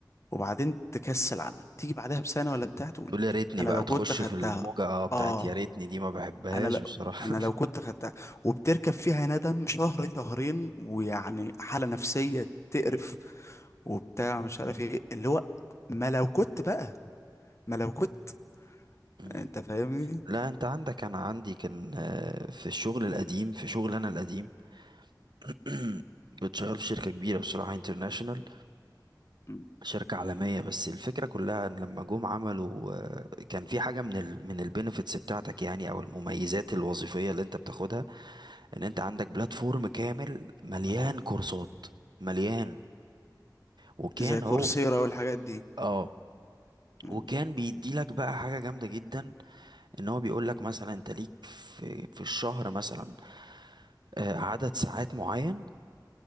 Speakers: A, on the left; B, on the right.
A: وبعدين تكسل عنها تيجي بعدها بسنة ولا بتاع تقول
B: تقول يا ريتني
A: انا
B: بقى
A: لو كنت
B: تخش
A: خدتها
B: في الموجة اه بتاعت
A: اه
B: يا ريتني دي ما بحبهاش
A: انا لو
B: بصراحة
A: انا لو كنت خدتها وبتركب فيها ندم شهر شهرين ويعني حالة نفسية تقرف وبتاع مش
B: مم.
A: عارف ايه اللي هو ما لو كنت بقى ما لو كنت
B: مم.
A: انت فاهمني
B: لا انت عندك انا عندي كان آه، في الشغل القديم في شغل انا القديم <clears throat> كنت شغال في شركة كبيرة بصراحة انترناشونال
A: م.
B: شركة عالمية بس الفكرة كلها ان لما جم عملوا آه، كان في حاجة من ال من البينيفيتس بتاعتك يعني او المميزات الوظيفية اللي انت بتاخدها ان انت عندك بلاتفورم كامل مليان كورسات مليان وكان
A: زي كورسيرا
B: هو
A: والحاجات دي
B: اه
A: م.
B: وكان بيديلك بقى حاجة جامدة جدا ان هو بيقول لك مثلا انت ليك في في الشهر مثلا آه، عدد ساعات معين